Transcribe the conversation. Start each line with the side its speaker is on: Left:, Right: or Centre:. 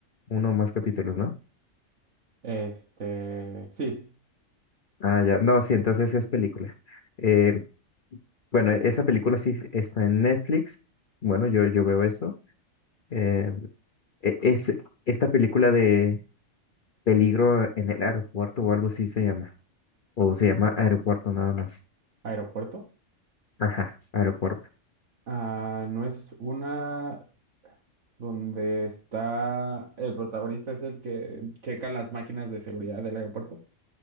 Left: Uno o más capítulos, ¿no?
Right: Este, sí,
Left: Ah, ya. No, sí, entonces es película. Eh, bueno, esa película sí está en Netflix. Bueno, yo, yo veo eso. Eh, e- es esta película de Peligro en el aeropuerto o algo así se llama. O se llama Aeropuerto nada más.
Right: Aeropuerto.
Left: Ajá, aeropuerto.
Right: Ah, no es una donde está el protagonista es el que checa las máquinas de seguridad del aeropuerto.